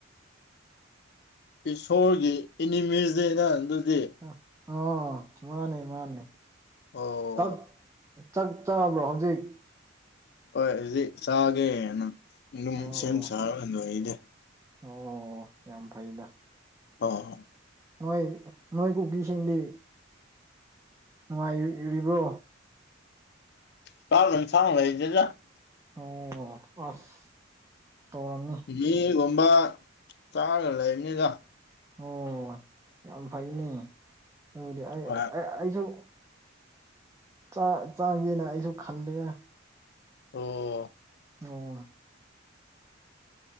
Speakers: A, on the left; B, on the right.
A: ꯏꯁꯣꯔꯒꯤ ꯑꯦꯅꯤꯃꯤꯁ ꯅꯦꯗ ꯑꯗꯨꯗꯤ
B: ꯑ ꯑꯣ ꯃꯥꯅꯦ ꯃꯥꯅꯦ
A: ꯑꯣ
B: ꯇ__ <unintelligible> ꯆꯥꯛ ꯆꯥꯔꯕ꯭ꯔꯣ ꯍꯧꯖꯤꯛ
A: ꯍꯣꯏ ꯍꯧꯖꯤꯛ ꯆꯥꯒꯦꯅ ꯑꯗꯨꯝ
B: ꯑꯣ
A: ꯁꯦꯝ ꯁꯥꯔꯒ ꯂꯣꯏꯗꯤ
B: ꯑꯣ ꯌꯥꯝ ꯐꯩꯗ
A: ꯑꯣ
B: ꯅꯣꯏ ꯅꯣꯏ ꯀꯨꯀꯤꯁꯤꯡꯗꯤ ꯅꯨꯡꯉꯥꯏꯔꯤ ꯔꯤꯕ꯭ꯔꯣ
A: <unintelligible> ꯂꯩꯇꯦꯗ
B: ꯑꯣ ꯑꯥꯁ ꯇꯧꯔꯝꯅꯤ
A: ꯃꯤꯒꯨꯝꯕ ꯆꯥꯔꯒ ꯂꯩꯕꯅꯤꯗ
B: ꯑꯣ ꯌꯥꯝ ꯐꯩꯅꯦ ꯑꯗꯨꯗꯤ ꯑꯩ__
A: ꯍꯣꯏ
B: ꯑꯩꯁꯨ ꯆꯥ ꯆꯥꯒꯦꯅ ꯑꯩꯁꯨ ꯈꯜꯂꯦꯑ
A: ꯑꯣ
B: ꯑꯣ